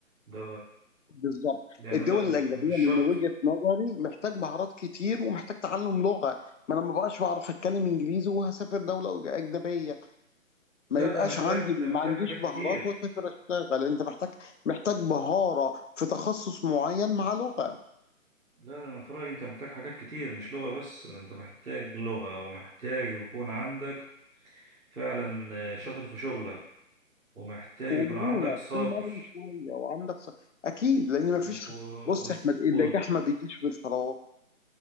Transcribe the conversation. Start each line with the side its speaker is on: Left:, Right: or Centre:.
Right: ده
Left: بالظبط
Right: يعني
Left: الدول
Right: لا م-
Left: الأجنبية
Right: مش شرط
Left: من وجهة نظري محتاج مهارات كتير ومحتاج تعلم لغة ما أنا ما بقاش بعرف أتكلم إنجليزي وهسافر دولة أجنبية
Right: لا
Left: ما يبقاش
Right: ده محتاج
Left: عندي ما
Right: ده محتاج
Left: عنديش
Right: حاجات كتير
Left: مهارات وأسافر أشتغل أنت محتاج محتاج مهارة في تخصص معين مع لغة
Right: لا ده انا في رايي انت محتاج حاجات كتير مش لغه بس ده انت محتاج لغه ومحتاج يكون عندك فعلا آه، شاطر في شغلك ومحتاج
Left: ومرونة
Right: يكون عندك صبر
Left: تكون مرن شوية وعندك ص... أكيد لأن ما فيش
Right: و...
Left: بص يا أحمد النجاح
Right: و...
Left: ما بيجيش بالفراغ